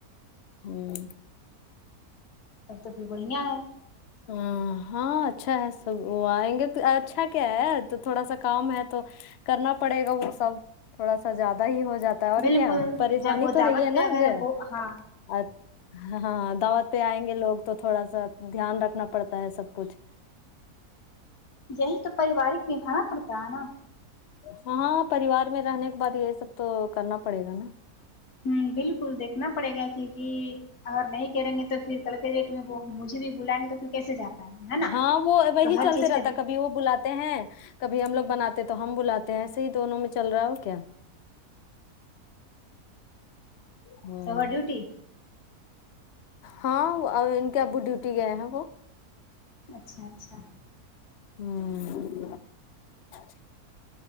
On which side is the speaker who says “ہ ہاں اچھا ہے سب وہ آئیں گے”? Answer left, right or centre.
Left